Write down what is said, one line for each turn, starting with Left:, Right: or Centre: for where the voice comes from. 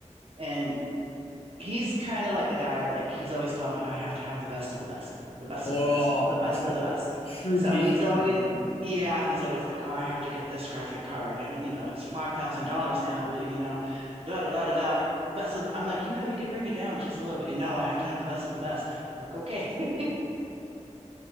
Right: and he's kind of like the guy. Like, he's always telling me I have to have the best of the best, the best
Left: Oh,
Right: of the best, the best
Left: a true,
Right: of the
Left: a
Right: best.
Left: true
Right: So
Left: PC
Right: he's always.
Left: gamer.
Right: Yeah, he's always like, "Oh, I have to get this graphic card, and you know it's five thousand dollars now." But uh, you know, da da da da da best of the I'm like, you know, you can bring it down just a little bit. No, I have to have the best of the best. I'm like, okay. <laughs>